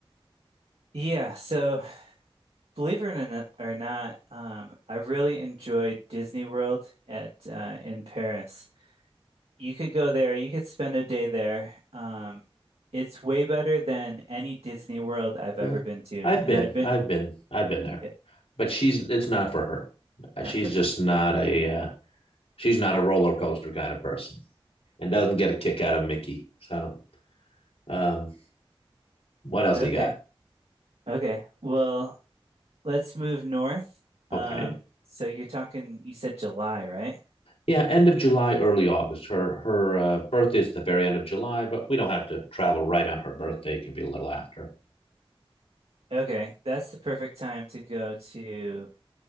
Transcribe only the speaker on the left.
Yeah.
I've
been,
I've been, I've been there,
but she's it's not for her. Uh, She's
just
not a uh, she's not a roller coaster kind of person and doesn't get a kick out of Mickey. So um, what else
do you got?
Okay.
Yeah, end of July, early August. Her her uh, birthday is the very end of July, but we don't have to travel right on her birthday. It can be a little after.